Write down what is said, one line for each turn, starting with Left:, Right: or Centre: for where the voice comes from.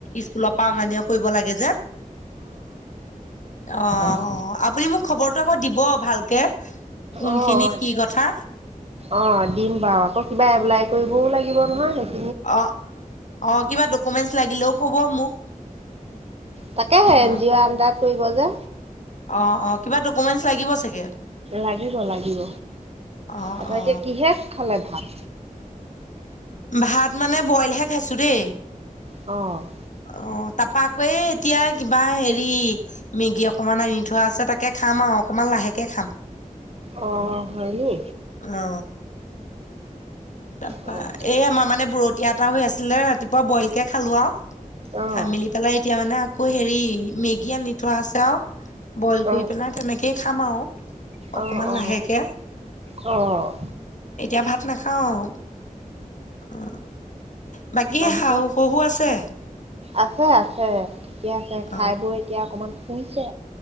Left: স্কুলৰ পৰাওনা নিয়া কৰিব লাগে। অঁ
Right: অ', অ',
Left: আপুনি মোক খ - বৰ আকৌ দিব ভালকে কোনখিনিত
Right: অ',
Left: কি কথা
Right: অ দিম বাৰু আকৌ কিবা এপ্লাই কৰিবও লাগিব নহয় সেই
Left: অ অ কিবা ডকুমেন্টচ লাগিলেও কব মোক
Right: তাকে এন
Left: অ
Right: জি অঁ' আডাৰত কৰিব যে।
Left: অ অ কিবা ডকুমেন্টচ লাগিব চাগে।
Right: লাগিব লাগিব।
Left: অ
Right: তাতে
Left: অ
Right: কিহে খালে ভাত?
Left: ভাত মানে বইলহে খাইছো দেই।
Right: অঁ।
Left: অ তাৰপা আকৌ এতিয়া কিবা হেৰি মেগী অকমান আনি থোৱা আছে তাকে খাম আৰু। অকমান লাহেকে খাম।
Right: অ হয়নি।
Left: অ তাৰপা
Right: অ'
Left: এই আমাৰ মানে বৰতিয়া এটা হৈ আছিলে ৰাতিপুৱা বইল কে খালো আৰু
Right: অ'
Left: খাই মেলি পেলাই এতিয়া মানে, আকৌ হেৰি মেগী আনি থোৱা আছে আৰু বইল
Right: অ'
Left: কৰি পেলাই তেনেকেই খাম আৰু।
Right: অ'
Left: অকমান লাহেকে।
Right: অ'
Left: এতিয়া ভাত নাখাও। অ অ, বাকী
Right: মানুহজন
Left: শাহু শহু আছে?
Right: আছে আছে ঠিকে আছে, খাই
Left: অ
Right: বৈ এতিয়া অকমান শুইছে।